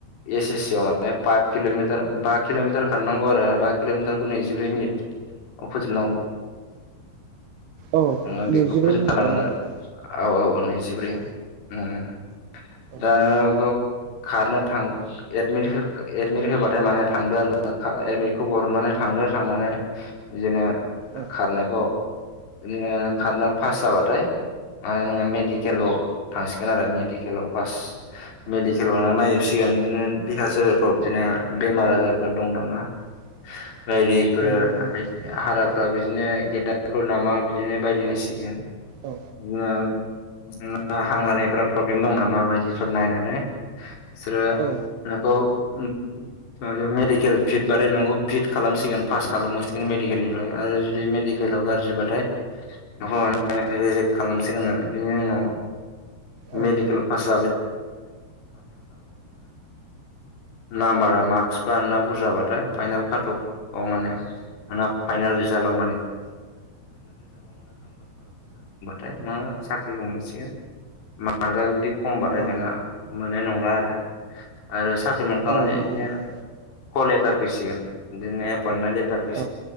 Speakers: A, on the left; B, on the right.
A: एस एस सि आव माने पाइभ किल'मिटार बा किल'मिटार खारनांगौ आरो बा किल'मिटारखौ नैजिब्रै मिनिट आव फोजोब नांगौ।
B: औ
A: नोङो बेखौ
B: नैजिब्रै
A: फोजोबथारनांगोन
B: मिनिटाव ना
A: आरो।
B: नोंथां
A: औ औ नैजिब्रै
B: औ
A: उम।
B: औ
A: जानोहागौ खारनो थां एदमिट होख एदमिट होबाथाय माने थांदो आरो नोङो खा एमिटखौ बरनानै थां थांदो थांनानै जेने
B: औ
A: खारनायखौ ओरैनो खारना पास जाबाथाय माने नोङो मेडिकेलाव थांसिगोन आरो मेडिकेलाव फार्स्ट मेडिकेलाव लांना नायजोबसि गोन। बिदिनो देहा सोहेरफ्राव बिदिनो बेमार आजारफोर दं नामा?
B: <inaudible>
A: बायदिफोर
B: औ नंगौ नोंथां
A: हाराफोरा बिदिनो गेद्दाफोर नामा बिदिनो बायदि नायसिगोन।
B: औ
A: नुवा उम हां लानाफोरा प्रब्लेम दं नामा बायदिफोर नायनानै सोरो
B: औ
A: नोखौ उम उम माबायाव मेडिकेल फिट बारायनांगौ फिट खालामसिगोन पास खालामहासिगोन मेडिकेलनिफ्राय आ आरो जुदि मेडिकेलाव गाज्रिबाथाय नोंखौ <unintelligible> रेजेक खालामसिगोन आरो बिनि उनाव
B: औ
A: मेडिकेलाव पास नाम्बारा मार्कसफ्रा नोंना बुरजाबाथाय फाइनाल खाटकआव माने दाना फाइनेल रिजालाव थाय मा साख्रिखौ मोनसिगोन मार्कआ जुदि खमबाथाय
B: औ
A: नोंना मोननाय नंला आरो आरो साख ख्रि मोनखांनानै
B: औ नंगौ नोंथां
A: फैसिगोन बे नेप एफरमेन्त लेथार
B: औ